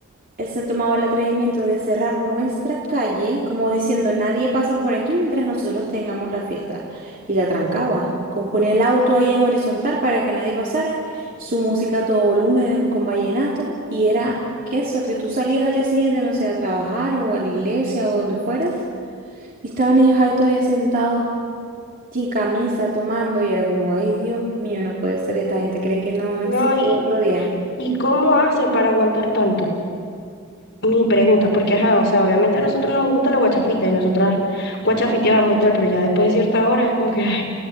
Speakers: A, on the right (about 45°); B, on the left (about 55°).
A: él se tomaba el atrevimiento de cerrar nuestra calle, como diciendo nadie pasa por aquí mientras nosotros tengamos la fiesta. Y la trancaba. Como ponía el auto ahí en horizontal para que nadie pasara, su música a todo volumen con vallenato, y era que eso, que tú salías al día siguiente, no sé, a trabajar o a la iglesia o donde fueras, y estaban ellos ahí todavía sentados sin camisa, tomando, y era como, ay Dios mío, no puede ser, esta gente cree que no
B: No,
A: existe
B: y,
A: otro día.
B: y cómo hacen para aguantar tanto. mi pregunta, porque ajá, o sea, obviamente a nosotros nos gusta la guachafita y nosotras guachafiteábamos y tal, pero ya después de cierta hora es como que, ay,